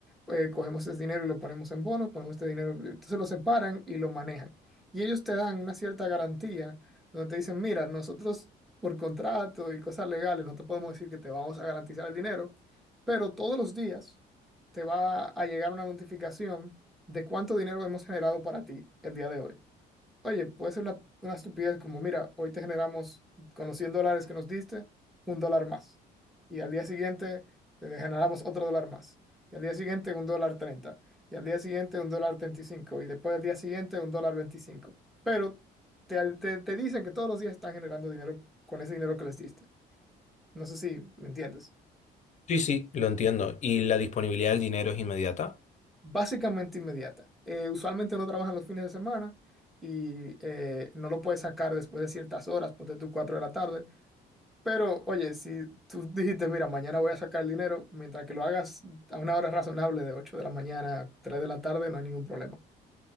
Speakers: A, in the centre; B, on the left.
A: eh, cogemos ese dinero y lo ponemos en bonos, ponemos este dinero, entonces lo separan y lo manejan. Y ellos te dan una cierta garantía donde te dicen, mira, nosotros por contrato y cosas legales no te podemos decir que te vamos a garantizar el dinero, pero todos los días te va a llegar una notificación de cuánto dinero hemos generado para ti el día de hoy. Oye, puede ser una, una estupidez como, mira, hoy te generamos con los 100 dólares que nos diste, un dólar más. Y al día siguiente te generamos otro dólar más. Y al día siguiente un dólar 30. Y al día siguiente un dólar 35. Y cinco. Y después al día siguiente un dólar 25. Pero te, al- te, te dicen que todos los días están generando dinero con ese dinero que les diste. No sé si me entiendes.
B: Sí, sí, lo entiendo. ¿Y la disponibilidad del dinero es inmediata?
A: Básicamente inmediata. Eh, usualmente no trabajan los fines de semana y eh, no lo puedes sacar después de ciertas horas, ponte tú 4 de la tarde Pero, oye, si tú dijiste, mira, mañana voy a sacar el dinero, mientras que lo hagas a una hora razonable de 8 de la mañana a 3 de la tarde, no hay ningún problema.